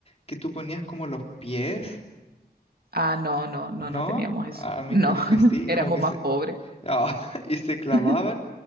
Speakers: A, on the left; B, on the right.
A: que tú ponías como los pies,
B: Ah, no, no,
A: ¿no?
B: no, no teníamos eso.
A: A mi
B: No,
A: colegio
B: <laughs>
A: sí,
B: éramos
A: como que
B: más
A: se,
B: pobres.
A: <laughs> y se clavaban,
B: <laughs>